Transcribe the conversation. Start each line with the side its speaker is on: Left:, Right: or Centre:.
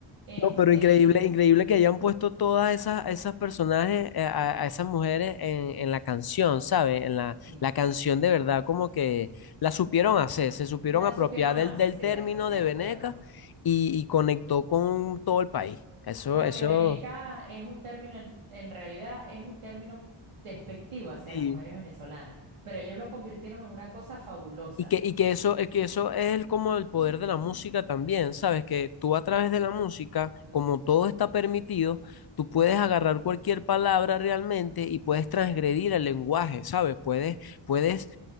Right: Este,
Left: No, pero increíble, increíble que hayan puesto todas esas, esas personajes, eh, a, a esas mujeres en, en la canción, ¿sabes? En la,
Right: sí,
Left: la canción de verdad, como que la supieron hacer, se supieron
Right: la
Left: apropiar
Right: supieron
Left: del,
Right: hacer,
Left: del término
Right: de
Left: de
Right: acuerdo.
Left: Veneca y, y conectó con todo el país. Eso,
Right: Porque
Left: eso,
Right: veneca es un término, en, en realidad es un término despectivo hacia
Left: sí.
Right: las mujeres venezolanas, pero ellos lo convirtieron en una cosa fabulosa.
Left: Y que, y que eso, eh, que eso es el- como el poder de la música también, ¿sabes? Que tú a través de la música, como todo está permitido, tú puedes agarrar cualquier palabra realmente y puedes transgredir el lenguaje, ¿sabes? Puedes, puedes